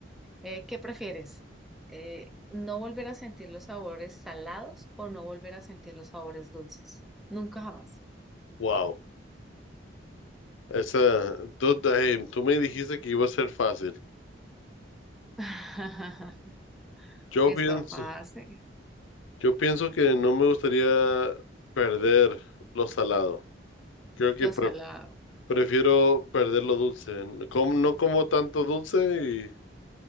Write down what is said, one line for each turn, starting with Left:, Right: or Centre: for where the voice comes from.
Centre: Eh, ¿qué prefieres? Eh, ¿no volver a sentir los sabores salados o no volver a sentir los sabores dulces? Nunca jamás.
Left: Wow. Esa, tú, eh, tú me dijiste que iba a ser fácil.
Centre: <laughs>
Left: Yo
Centre: Está
Left: pienso,
Centre: fácil.
Left: yo pienso que no me gustaría perder lo salado. Creo que
Centre: Los
Left: pre-
Centre: salados.
Left: prefiero perder lo dulce. Como- no como tanto dulce y